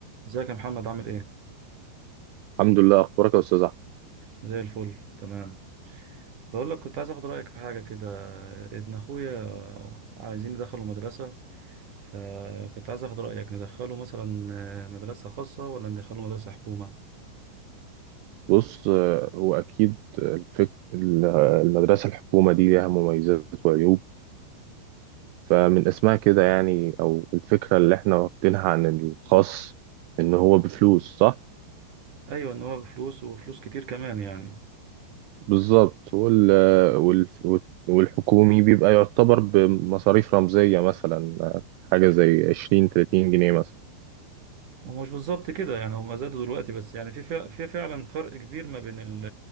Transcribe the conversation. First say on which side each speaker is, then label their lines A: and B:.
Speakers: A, on the right (about 45°); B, on the right (about 85°).
A: ازيك يا محمد عامل ايه
B: الحمد لله اخبارك يا استاذ احمد
A: زي الفل تمام بقول لك كنت عايز اخد رايك في حاجه كده ابن اخويا عايزين ندخله مدرسه فكنت عايز اخد رايك ندخله مثلا مدرسه خاصه ولا ندخله مدرسه حكومه
B: بص آه، هو اكيد الفك... ال- المدرسه الحكومه دي ليها مميزات وعيوب فمن اسمها كده يعني او الفكره اللي احنا واخدينها عن الخاص ان هو بفلوس صح
A: ايوه ان هو بفلوس وفلوس كتير كمان يعني
B: بالظبط وال... وال... والحكومي بيبقى يعتبر بمصاريف رمزيه مثلا آه، حاجه زي 20 30 جنيه مثلا
A: هو مش بالظبط كده يعني هما زادوا دلوقتي بس يعني في فع- في فعلا فرق كبير ما بين ال-